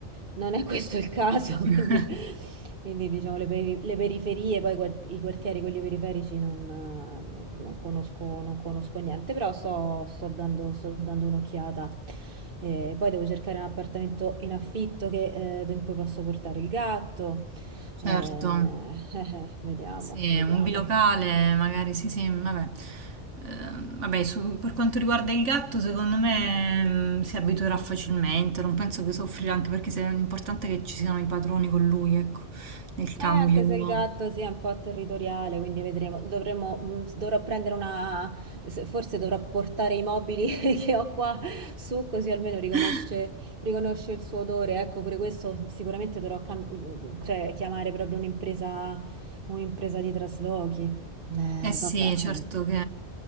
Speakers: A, on the right; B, on the right.
A: non è questo il caso,
B: <laughs>
A: <laughs> quindi, quindi, diciamo le, peri- le periferie, poi quart- i quartieri, quelli periferici, non, eh, non- non conosco, non conosco niente, però sto, sto dando, sto dando un'occhiata. Eh, poi devo cercare un appartamento in affitto che, eh, in cui posso portare il gatto. Eh,
B: Certo,
A: <laughs> eh, vediamo,
B: sì,
A: vediamo.
B: un bilocale magari, sì, sì, vabbè. Eh, vabbè, su- per quanto riguarda il gatto, secondo me mm, si abituerà facilmente, non penso che soffrirà, anche perché se- è importante che ci siano i padroni con lui, ecco, nel cambio.
A: Eh, anche se il gatto sia un po' territoriale, quindi vedremo. Dovremo, mh, s- dovrò prendere una, se- forse dovrò portare i mobili <laughs> che ho qua su, così almeno riconosce,
B: <laughs>
A: riconosce il suo odore. Ecco, pure questo sicuramente dovrò cam- mh, cioè, chiamare proprio un'impresa un'impresa di traslochi. Eh,
B: Eh sì,
A: vabbè.
B: certo
A: eh.
B: che...